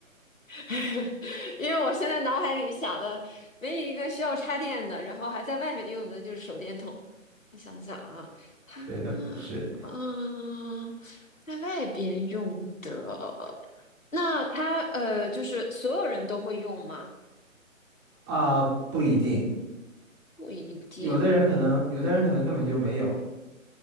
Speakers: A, on the left; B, on the right.
A: <laughs> 因为我现在脑海里想的唯一一个需要插电的，然后还在外面用的就是手电筒。我想想啊，
B: <laughs>
A: 它
B: 对，它不是
A: 嗯、在外边用的，那它呃，就是所有人都会用吗？
B: 啊，不一定，
A: 不一定，
B: 有的人可能，有的人可能根本就没有